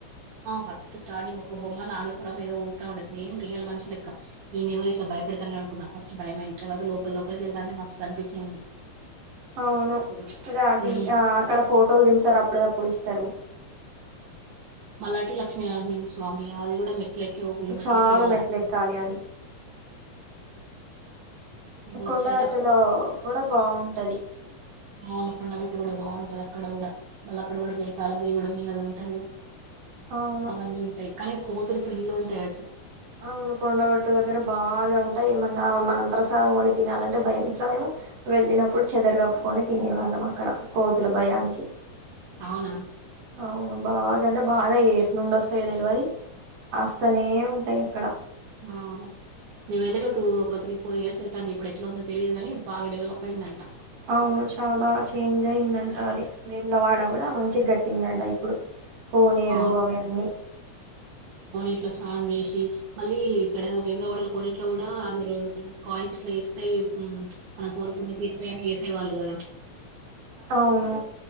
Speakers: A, on the right; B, on the right.
A: ఫస్ స్ అది ఒక బొమ్మ నాగస్రం ఏదోఊతా ఉండంది స ఏం రియల్ మనుషులక్క ఈ నెవరు ఇలా భయపడతా అకున్నా ఫస్ట్ భయ అయింది తర్వాత లోపల లోపలికి వెళ్తాంటే మ అనిపించింది
B: అవును
A: అసలు
B: స్టార్టింగ్
A: ఉమ్
B: ఆ అక్కడ ఫోటోలు దింపుతారు అప్పుడు పప్పుడు ఇస్తారు
A: మలాటి లక్ష్మీనారసింహస్వామి అది కూడా మె ఇట్ల ఎక్కి గుళ్ళ మెట్లు
B: చాలా
A: ఎక్కి వెళ్ళాలి
B: మెట్లు ఎక్కాలి అది
A: ఇగ వచ్చేటప్పుడు
B: కొండగట్టలో కూడా బాగుంటది
A: అవును కొండగట్టు కూడా బాగుంటది అక్కడ కూడా మళ్ళ అక్కడ కూడా బేతాల దేగడ మీ అది ఉంటది
B: అవును
A: అవన్నీ ఉంటాయి కనీ కోతులు ఫుల్లు ఉంటాయ
B: అవును కొండగట్టు దగ్గర బాగా ఉంటాయి ఏమన్నా మనం ప్రసాదం కొని తినాలంటే భయం ఇట్లా మేము వెళ్ళినప్పుడు చెదర కప్పుకొని తినేవాళ్ళం అక్కడ కోతుల భయానికి
A: అవునా
B: అవును బాగాంటే బాగా ఎటి నుండి వస్తాయి తెరువరి ఆస్తనే ఉంటాయి అక్కడ
A: ఆ మేము వెళ్ళగా టూ ఒక త్రీ ఫోర్ ఇయర్ అవుయింది ఇప్పుడు ఎట్లా ఉందో తెలియదుగాని బాగా డెవలప్ అయిిందంట
B: అవును చాలా చేంజ్ అయింది అంటా అది వేముల వాడ కూడా మంచి గట్టిందంట ఇప్పుడు కోనేరు
A: ఆ
B: అవన్నీ
A: కొన్నిట్లో స్నానం చేసి మళ్ళీ ఇక్కడ వేములవాడ కొన్నిట్లో కూడా అందులో కాయిన్స్ ఇట్లా వేస్తాయి మనం కోరుకునాయి తీరుత వాళు కదా
B: అవును